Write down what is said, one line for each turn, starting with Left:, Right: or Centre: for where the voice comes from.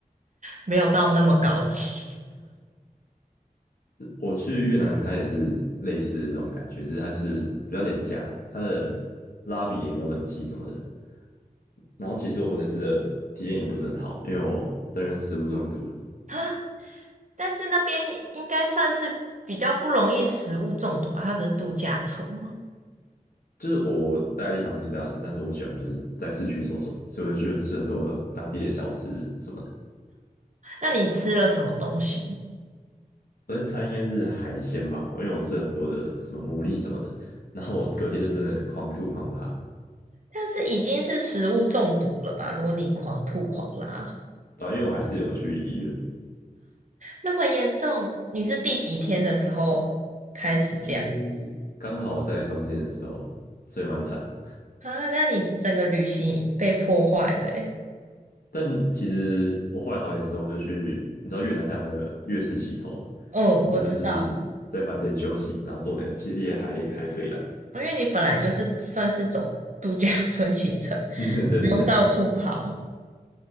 Right: 没有到那么高级
Left: 我去越南，它也是类似的这种感觉，只是它就是比较廉价的它的拉比也没有冷气什么的。然后其实我那次的体验也不是很好，因为我这边食物中毒了。
Right: <laughs> 啊。但是那边应该算是比较不容易食物中毒吧？它不是度假村吗？
Left: 就是我待的地方是度假村，但是我喜欢就是在市区走走，所以我就去吃很多当地的小吃什么的。
Right: 那你吃了什么东西吗？
Left: 我在猜应该是海鲜吧，因为我吃了很多的什么牡蛎什么的，然后我隔天就真的狂吐狂拉，
Right: 但是已经是食物中毒了吧？如果你狂吐狂拉
Left: 对啊因为我还是有去医院，
Right: 那么严重，你是第几天的时候开始这样
Left: 就是刚好在中间的时候，所以蛮惨的。
Right: 啊？那你整个旅行被破坏了欸。
Left: 但其实我后来好点的时候，我就去，你知道越南它有那个越式洗头嘛，
Right: 嗯，我知道。
Left: 我就是在饭店休息，然后做那个，其实也还还可以啦。
Right: 因为你本来就是算是走度假 <laughs> 村行程，
Left: <laughs> 对对对，
Right: 不用到处跑。